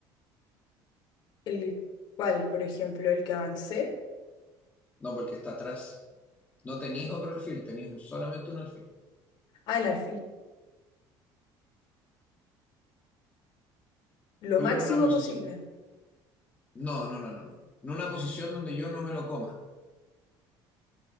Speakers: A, on the left; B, on the left.
A: El cual, por ejemplo, el que avancé.
B: No, porque está atrás. No tenéis otro alfil, tenéis un- solamente un alfil.
A: Ah, el alfil. Lo
B: Ponlo
A: máximo
B: en una posición.
A: posible.
B: No, no, no, no, no. En una posición donde yo no me lo coma.